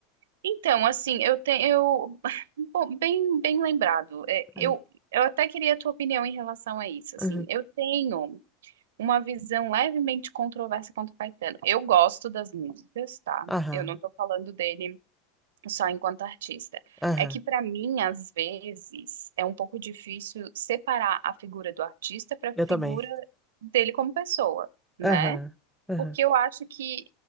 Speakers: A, on the right; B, in the centre.
A: Então, assim, eu tenho, eu, <laughs> bom, bem, bem lembrado. É,
B: É.
A: eu, eu até queria a tua opinião em relação a isso. Assim,
B: Aham,
A: eu tenho uma visão levemente controversa quanto o Caetano. Eu gosto das músicas, tá?
B: aham,
A: Eu não tô falando dele só enquanto artista.
B: aham.
A: É que para mim, às vezes, é um pouco difícil separar a figura do artista para a
B: Eu também.
A: figura dele como pessoa, né?
B: Aham, aham.
A: Porque eu acho que